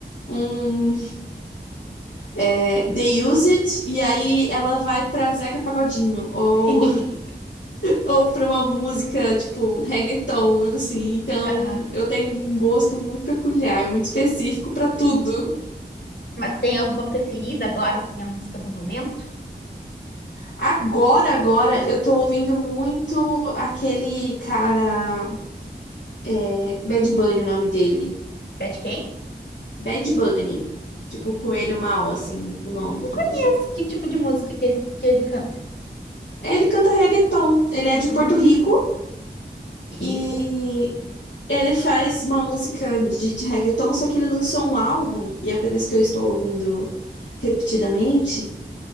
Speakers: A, on the left; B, on the left.
A: um é, The Used, e aí ela vai pra Zeca Pagodinho, ou
B: <laughs>
A: ou pra uma música tipo reggaeton, assim. Então,
B: Aham.
A: eu tenho um gosto muito peculiar, muito específico pra tudo.
B: Mas tem alguma preferida agora, assim, a música do momento?
A: Agora, agora, eu tô ouvindo muito aquele cara, é, Bad Bunny, o nome dele.
B: Bad quem?
A: Bad Bunny, tipo
B: Bad
A: coelho
B: Bunny.
A: mal, assim, o nome
B: Não
A: traduzido.
B: conheço que tipo de música que ele, que ele canta.
A: Ele canta reggaeton, ele é de
B: Hum,
A: Porto Rico.
B: Rico.
A: E Ele faz uma música de, de reggaeton, só que ele lançou um álbum, e é por isso que eu estou ouvindo repetidamente.